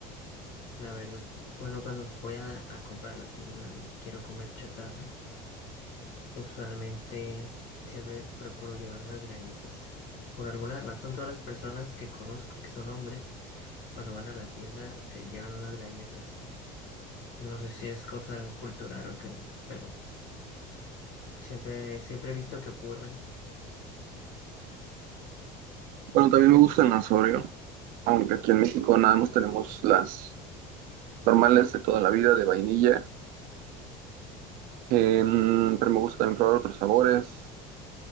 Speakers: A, on the left; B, on the right.
A: La verdad, bueno, cuando voy a, a comprar a la tienda y quiero comer chatarra, usualmente siempre procuro llevar unas galletas. Por alguna razón, todas las personas que conozco que son hombres, cuando van a la tienda se llevan unas galletas. No sé si es cosa cultural o qué, pero siempre, siempre he visto que ocurre.
B: Bueno, también me gustan las Oreo, aunque aquí en México nada más tenemos las normales de toda la vida de vainilla, Em, pero me gusta también probar otros sabores.